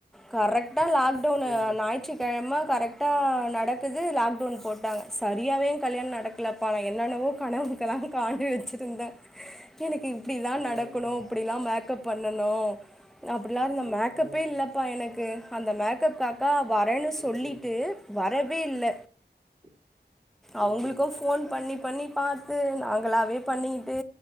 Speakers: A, in the centre; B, on the right (about 40°).
A: கரெக்டா லாக்டவுன்
B: சேரி சேரி
A: ஞாயிற்று
B: சேரிங்க
A: கெழம கரெக்டா நடக்குது லாக்டவுன் போட்டாங்க சரியாவே எ கல்யாண் நடக் கலப்பா நா என்னென்னவோ கனவுக்லா காண்டு வச்சிருந்த எனக்கு இப்டிதா
B: அதா
A: நடக்கனு
B: அதாங்க
A: இப்டிதா மேக்கப் பண்ணணு அப்டிலா இல்ல மேக்கப்பே
B: அதா அதாங்க
A: இல்லப்பா எனக்கு அந்த மேக்கப் அக்கா வரேன்னு
B: சேரி
A: சொல்லிட்டு
B: சேரிங்க
A: வரவே இல்ல
B: சே சேரி
A: அவுங்களுக்கோ
B: சேரிங்க
A: ஃபோன் பண்ணி பண்ணி பாத்து நாங்களாவே பண்ணிக்கிட்டு